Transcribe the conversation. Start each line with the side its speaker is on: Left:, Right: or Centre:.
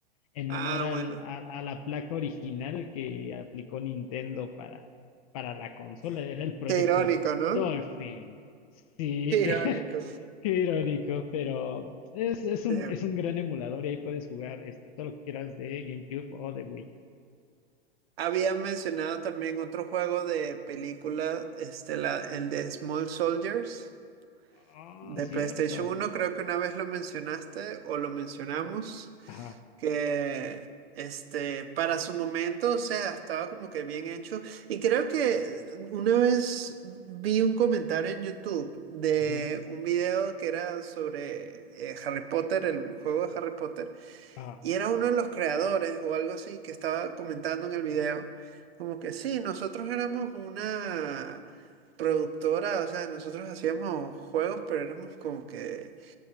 Left: en
Right: Ah,
Left: honor al-
Right: bueno.
Left: a, a la placa original que aplicó Nintendo para, para la consola, era el proyecto
Right: Qué irónico, ¿no?
Left: Dolphin. Sí,
Right: Qué
Left: que,
Right: irónico.
Left: <laughs> qué irónico, pero es, es un,
Right: Sí.
Left: es un gran emulador y ahí puedes jugar este, todo lo que quieras de GameCube o de Wii.
Right: Había mencionado también otro juego de película, este, la- el de Small Soldiers,
Left: Ah,
Right: de
Left: cierto.
Right: PlayStation uno. creo que una vez lo mencionaste o lo mencionamos.
Left: Ajá,
Right: que este, para su momento, o sea, estaba como que bien hecho. Y creo que una vez vi un comentario en YouTube de
Left: ujú,
Right: un video que era sobre eh, Harry Potter, el juego de Harry Potter,
Left: ajá,
Right: y era uno de los creadores o algo así que estaba comentando en el video, como que sí, nosotros éramos una productora, o sea, nosotros hacíamos juegos, pero éramos como que